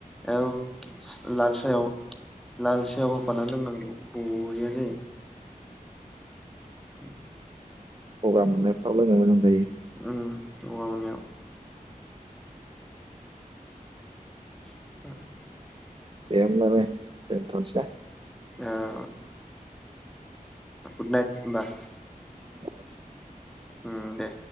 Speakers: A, in the centre; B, on the right (about 35°).
A: औ। लाल सायाव लाल सायाव होफानानानै लोंनांगौ बरिया जायो।
B: उ
A: <unintelligible>
B: गगा मोननायफ्राव लोंनो मोजां जायो।
A: उम गगा मोनायाव। <unintelligible>
B: ए होबालाय दोनथ'सै।
A: <unintelligible> गुड नाइट होनबा।
B: <unintelligible>
A: ओम दे।